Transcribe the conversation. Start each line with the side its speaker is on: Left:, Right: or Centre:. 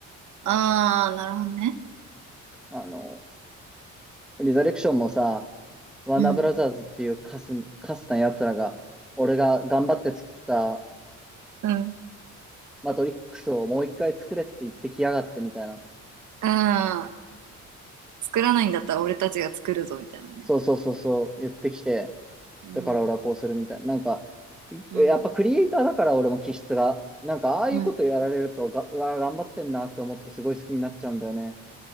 Right: ああー、なるほどね。
Centre: あの、リザレクションもさ、ワーナーブラザーズっていうカス、
Right: うん。
Centre: カスな奴らが、俺が頑張って作った
Right: うん
Centre: マトリックスをもう一回作れって言ってきやがってみたいな。
Right: ああ、作らないんだったら俺たちが作るぞみたいなね。
Centre: そうそうそうそう、言ってきて、
Right: うん、
Centre: だから俺はこうするみたいな。なんか、いやっぱクリエイターだから俺も気質が、
Right: うん、
Centre: なんかああいうことやられるとが、
Right: うん、
Centre: うわ、頑張ってんなって思ってすごい好きになっちゃうんだよね。